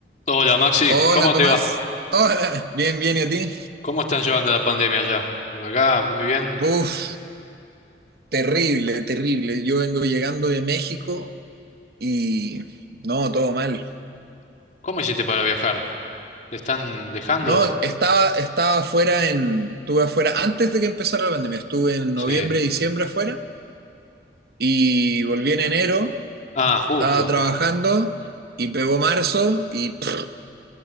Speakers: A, on the left; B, on the right.
A: Hola Maxi,
B: Hola
A: ¿cómo
B: Tomás,
A: te va?
B: hola, bien, bien, ¿y a ti?
A: ¿Cómo están llevando la pandemia allá? Por acá, muy bien.
B: Puf, terrible, terrible. Yo vengo llegando de México y no, todo mal.
A: ¿Cómo hiciste para viajar? ¿Te están dejando?
B: No, estaba, estaba afuera en, estuve afuera antes de que empezara la pandemia, estuve en
A: Sí.
B: noviembre, diciembre afuera y volví en enero,
A: Ah, justo.
B: estaba trabajando y pegó marzo y pff,